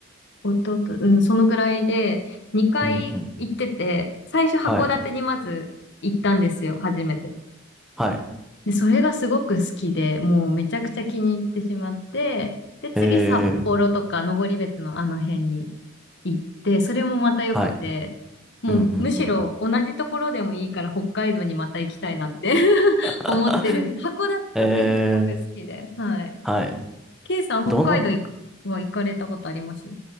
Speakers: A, on the left (about 60°); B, in the centre.
A: おとと、うん、そのぐらいで、2回行ってて、
B: うんうん。
A: 最初函館にまず行ったんですよ、
B: はい。
A: 初めて。
B: はい。
A: で、それがすごく好きで、もうめちゃくちゃ気に入ってしまって、で、次札幌とか登別のあの辺に
B: えー、
A: 行って、それもまた良くて、
B: はい。
A: もうむしろ同じところでもいいから北海道にまた行きたいなって
B: うんうんうん。
A: <laughs>
B: <laughs>
A: 思ってるんです。函館特にすごく好きで。
B: えー、
A: はい。
B: はい。
A: ケイさん、北海道行くは行かれたことあります
B: どの、